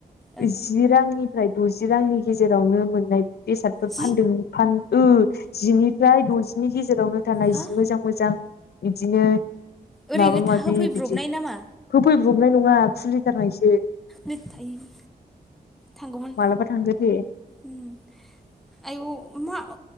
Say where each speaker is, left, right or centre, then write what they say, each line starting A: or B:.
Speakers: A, in the centre; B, on the left.
A: ओं
B: जि रांनिफ्राय द'जि रांनि गेजेरावनो मोननाय बेसादफोर
A: जि
B: फानदोंमोन। फान जिनिफ्राय द'जिनि गेजेरावनो थानाय
A: हा
B: जि मोजां मोजां बिदिनो
A: ओरैनो
B: माबा
A: था
B: माबि
A: होफैब्रबनाय
B: बिदि
A: नामा
B: फैब्रबनाय नङा खुलिथारनायसो
A: लिर थायो थांगौमोन।
B: मालाबा थांगोन दे
A: म आयौ मा